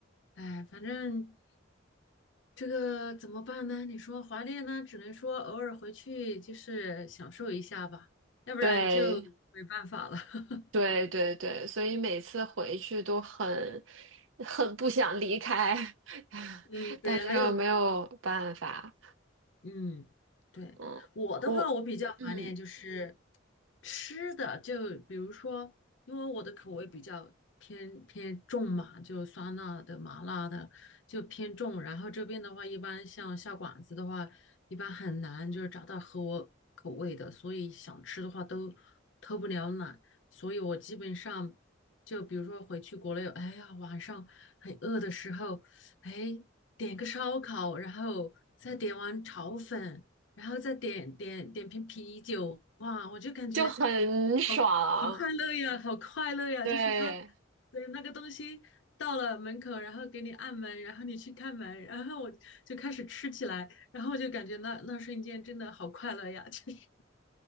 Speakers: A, on the left; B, on the right.
A: 哎，反正这个怎么办呢？你说华念呢，只能说偶尔回去就是享受一下吧，要不然就没办法了。
B: 对，
A: <laughs>
B: 对对对，所以每次回去都很很不想离开，<laughs>
A: 嗯，对，
B: 但是又没有办法。
A: 还有。嗯，对，
B: 嗯，
A: 我的话，
B: 我嗯，
A: 我比较怀念就是吃的，就比如说，因为我的口味比较偏偏重嘛，就酸辣的、麻辣的就偏重。然后这边的话，一般像下馆子的话，一般很难就是找到合我口味的，所以想吃的话都偷不了懒。所以我基本上就比如说回去国内，哎呀，晚上很饿的时候。哎，点个烧烤，然后再点碗炒粉，然后再点点点瓶啤酒，哇，我就感觉
B: 就很爽。
A: 好好快乐呀，好快乐呀！
B: 对，
A: 就是他，对，那个东西到了门口，然后给你按门，然后你去开门，然后我就开始吃起来，然后我就感觉那那瞬间真的好快乐呀，就是